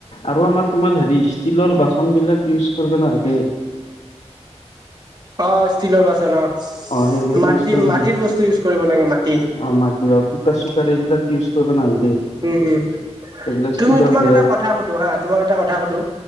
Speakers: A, on the left; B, on the right.
A: আৰু আমাৰ তোমাৰ হেৰি ষ্টীলৰ বাচন বিলাক ইউজ কৰিব নালাগে।
B: অ ষ্টীলৰ বাচন অ
A: অ সেইবিলাক
B: মাটি
A: ইউজ কৰিব
B: মাটিৰ
A: নালাগে
B: বস্তু ইউজ কৰিব লাগে মাটি
A: অ মাটি অ কুকাৰ চুকাৰ এইিলাক ইউজ কৰিব নালাগে।
B: উম উম
A: এইবিলাক
B: তুমি
A: ষ্টীলৰ
B: তোমাক
A: বেয়া
B: এটা কথা সুধো হা তোমাক এটা কথা সুধো